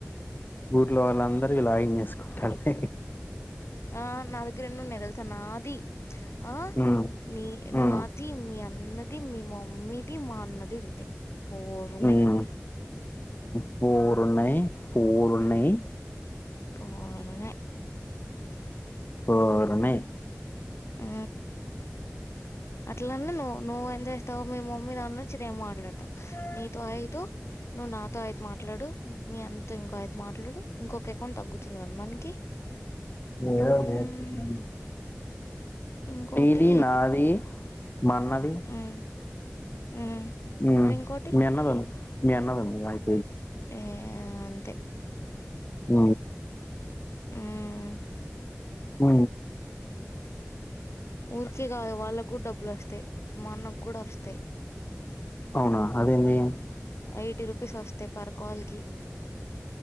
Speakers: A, on the left; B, on the left.
A: ఊర్లో వాళ్ళందరివి లాగింగ్ చేసుకుంటాలే
B: ఆ నా దగ్గరెన్నున్నాయి తెలుసా? నాది ఆ
A: ఉమ్
B: నీ నాది
A: ఉమ్
B: మీ అన్ అన్నది మీ మమ్మీది మా అన్నది ఉంది ఫోర్ ఉన్నాయ్
A: ఉమ్ ఫోర్ ఉన్నాయ్ ఫోర్ ఉన్నాయి
B: ఫోర్ ఉన్నయ్
A: ఫోర్ ఉన్నాయ్
B: ఉ అట్లన్నా నువ్వు నువ్వు ఏం చేస్తావు మీ మమ్మీ దాని నుంచిం మాట్లాడతావు
A: ఆ <unintelligible>
B: నీతో అయిదు నువ్వు నాతో అయిద్ మాట్లాడు మీ అంత ఇంకో అయిద్ మాట్లాడు ఇంకొక అకౌంట్ తగ్ గ్గుతుంది మనకి
A: ఎదో ఒకటి
B: మ్మ్
A: చేయొచ్చు
B: ఇంకోటి
A: నీది నాది మన్నది
B: మ్మ్ మ్మ్
A: హ్మ్మ్
B: మరి ఇంకోటి
A: మీ అన్నలను మీ అన్నలను రాయ్
B: ఏ అంతే
A: అ
B: హ్మ్మ్
A: ఉ
B: ఊరికే కాదు, వాళ్ళక్కూడా డబ్బులొస్తాయ్. ఇప్పుడు మన్నక్కూడొస్తాయ్.
A: అవునా అదేందు
B: ఎయిటీ రూపీస్ వస్తయ్ పర్ కాల్ కి.